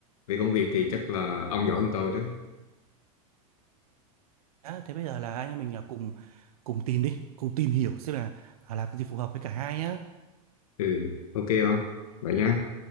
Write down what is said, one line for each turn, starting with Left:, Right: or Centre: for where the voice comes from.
Left: Về công việc thì chắc là ông giỏi hơn tôi đó.
Right: Đã, thế bây giờ là anh em mình là cùng cùng tìm đi, cùng tìm hiểu xem là à, làm cái gì phù hợp với cả hai nhá.
Left: Ừ, ok không? Vậy nha.